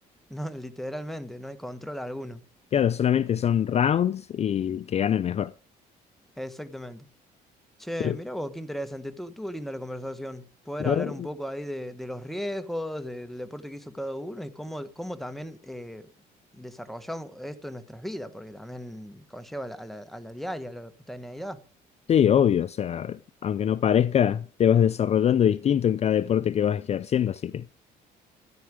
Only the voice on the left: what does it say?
Claro, solamente son rounds y que gane el mejor.
Pero,
ah,
sí, obvio, o sea, aunque no parezca, te vas desarrollando distinto en cada deporte que vas ejerciendo, así que